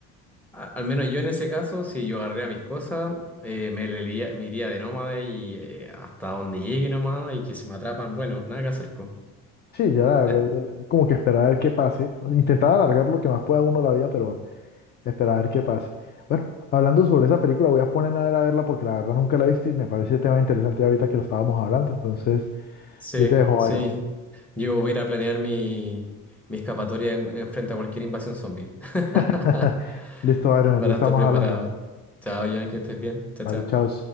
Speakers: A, in the centre; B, on the left.
A: a- al menos yo en ese caso, si yo agarraría mis cosas, eh, me, le iría- me iría de nómade y eh, hasta donde llegue nomás y que si me atrapan, bueno, nada que hacer, pues.
B: Sí, ya la
A: Eh,
B: verdad, como que esperar a ver qué pase. Intentar alargar lo que más pueda uno la vida, pero esperar a ver qué pase. Bueno, hablando sobre esa película, voy a ponerme a ver a verla porque la verdad nunca la he visto y me parece tema interesante ahorita que lo estábamos hablando. Entonces,
A: Sí,
B: yo te dejo,
A: sí,
B: Byron.
A: yo voy a ir a planear mi, mi escapatoria en- en frente a cualquier invasión zombie. <laughs>
B: <laughs> Listo, Byron, entonces
A: para estar
B: estamos
A: preparado.
B: hablando.
A: Chao, Joan, que estés bien. Chao,
B: Vale,
A: chao.
B: chao.